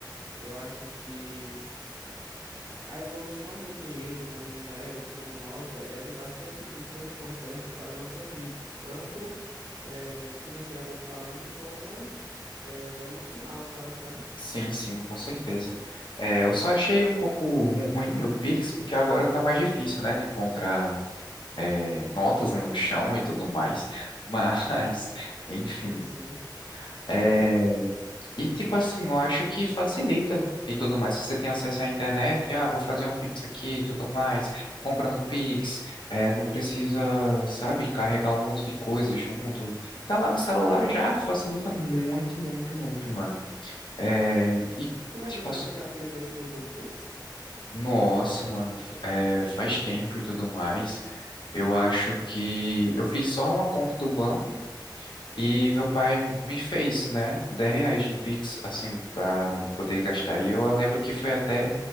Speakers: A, on the right (about 70°); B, on the left (about 80°).
A: Eu acho que A evolução do dinheiro como moeda, como nota, é de bastante de suma importância para a nossa vida, tanto eh, financeiramente falando, como eh, emocional, tá ligado?
B: Sim, sim, com certeza. É, eu só achei um pouco ruim o Pix, porque agora tá mais difícil, né, de encontrar é, notas no chão e tudo mais. Mas, <laughs> enfim.
A: Sim, sim.
B: É, e, tipo assim, eu acho que facilita e tudo mais. Se você tem acesso à internet, ah, vou fazer um Pix aqui e tudo mais, compra no Pix, é, não precisa, sabe, carregar um monte de coisa junto. Tá lá no celular já, facilita muito, muito, muito, mano. É, e,
A: Tu lembra
B: tipo
A: quando
B: assim,
A: foi a primeira vez que tu usou o Pix?
B: Nossa, mano, é, faz tempo e tudo mais. Eu acho que eu fiz só uma conta do banco e meu pai me fez, né, 10 reais no Pix, assim, para poder gastar. E eu lembro que foi até